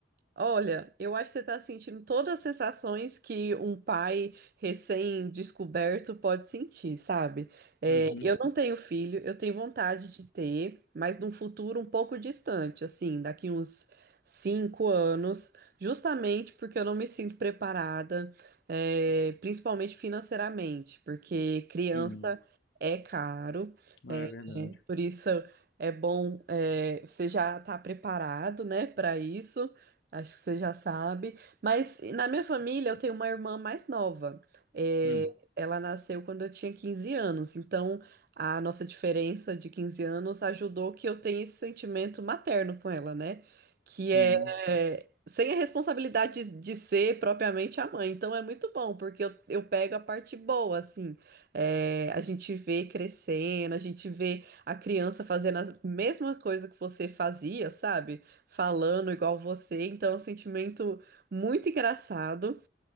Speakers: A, on the right; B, on the left.
A: Olha, eu acho que você está sentindo todas as sensações que um pai recém-descoberto pode sentir, sabe? É,
B: Uhum.
A: eu não tenho filho, eu tenho vontade de ter, mas num futuro um pouco distante, assim, daqui uns cinco anos, justamente porque eu não me sinto preparada, é, principalmente financeiramente, porque criança
B: Hum.
A: é caro.
B: Ah, é verdade.
A: É, Por isso é bom, é, você já está preparado, né, para isso. Acho que você já sabe. Mas na minha família eu tenho uma irmã mais nova. É,
B: Hum.
A: ela nasceu quando eu tinha 15 anos. Então a nossa diferença de 15 anos ajudou que eu tenha esse sentimento materno com ela, né? Que
B: Sim.
A: é sem a responsabilidade de, de ser propriamente a mãe. Então é muito bom, porque eu, eu pego a parte boa, assim. É, a gente vê crescendo, a gente vê a criança fazendo a mesma coisa que você fazia, sabe? Falando igual você. Então, é um sentimento muito engraçado